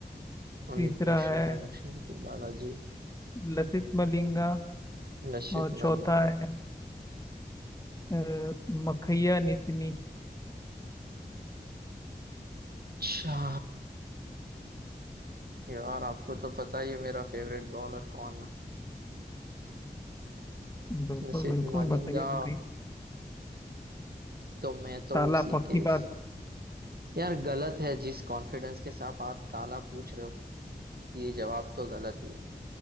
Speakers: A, on the right (about 65°); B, on the left (about 20°).
A: अमित
B: तीसरा
A: मिश्रा
B: है
A: लक्ष्मीपति बालाजी
B: लसित मलिंगा
A: लक्षित
B: और चौथा
A: मलिंगा
B: है अ, मखैया नितिनी
A: अच्छा यार आपको तो पता ही है मेरा फेवरेट बॉलर कौन है
B: बिल्कुल
A: लक्षित
B: बिल्कुल
A: मलिंगा
B: बताइए बताइए
A: तो मैं तो
B: ताला
A: उसी
B: पक्की
A: के
B: बात
A: यार गलत है जिस कॉन्फिडेंस के साथ आप ताला पूछ रहे हो ये जवाब तो गलत ही है